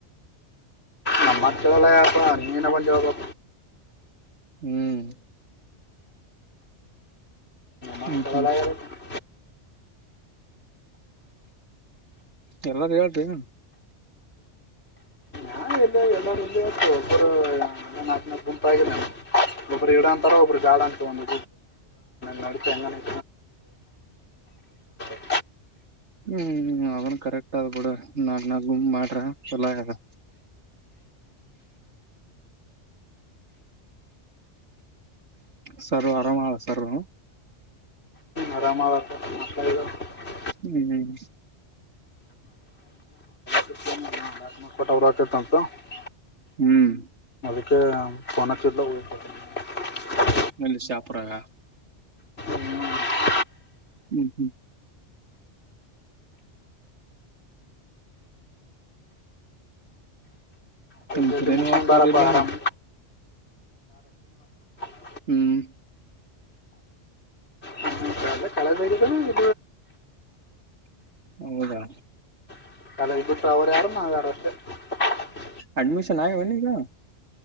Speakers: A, on the left; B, on the right.
A: ನಮ್ಮತ್ರಳಲ್ಲ ನೀನ್ನೇನ ಬಂದ ಹೇಳ್ಬೇಕ.
B: ಹ್ಮ್.
A: <unintelligible>
B: ಹ್ಮ್ ಹ್ಮ್ ಎಲ್ಲಾರು ಹೇಳ್ರಿ.
A: ಹಾ ಎಲ್ಲ ಎಲ್ಲ ಒಬ್ಬರು ನಾಲ್ಕ ನು ಗುಂಪಗ ನ ಒಬ್ಬರು ಇಡಂತಾರ ಒಬ್ಬರು ಬ್ಯಾಡ ಅಂತ ಒಂದು ನಡಂಗ <unintelligible> <inaudible>
B: ಹ್ಮ್ ಅವನ್ ಕರೆಕ್ಟ್ ಆದ್ ಬಿಡ ನಾಕ ನಾಕ್ ಗುಂಪ ಮಾಡ್ರ ಚಲೋ ಆಗೇದ. ಸರು ಆರಾಮ ಆಳ ಸರು.
A: ಆರಾಮಳ ಪಾ <unintelligible>
B: ಹ್ಮ್ ಹ್ಮ್.
A: <unintelligible>
B: ಹ್ಮ್.
A: <unintelligible>
B: ನಿಮ್ಮ್ ಶಾಪುರಾಗ.
A: ಹ್ಞೂ
B: ಹ್ಮ್ ಹ್ಮ್. ನಮ್
A: ಜಲ್ದಿ
B: ಶ್ರೀನಿವಾಸ್
A: ಮುಗಸ್ಕೊಂಡ
B: ಸರ್
A: ಬರಪ್ಪ
B: ಇಲ್ಲೇನು
A: ಆಾರಾಮ <unintelligible>
B: ಹ್ಮ್.
A: ಹ್ಮ ಅಲ್ಲ ಕಲೆದ ಇ
B: ಹೌದಾ.
A: <unintelligible>
B: ಅಡ್ಮಿಶನ್ ಆಗ್ಯಾವ ಏನ್ ಈಗ.